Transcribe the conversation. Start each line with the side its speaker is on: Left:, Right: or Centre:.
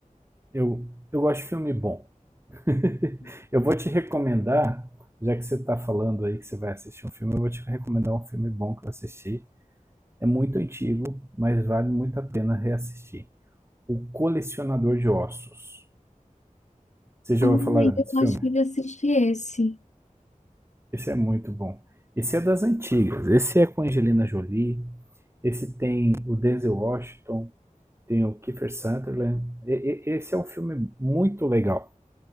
Right: eu, eu gosto de filme bom. <laughs> Eu vou te recomendar, já que você tá falando aí que você vai assistir um filme, eu vou te recomendar um filme bom que eu assisti. É muito antigo, mas vale muito a pena reassistir. O Colecionador de Ossos. Você já
Left: Ai,
Right: ouviu falar desse
Left: eu
Right: filme?
Left: acho que eu já assisti esse.
Right: Esse é muito bom. Esse é das antigas. Esse é com Angelina Jolie. Esse tem o Denzel Washington. Tem o Kiefer Sutherland. E- e- esse é um filme muito legal.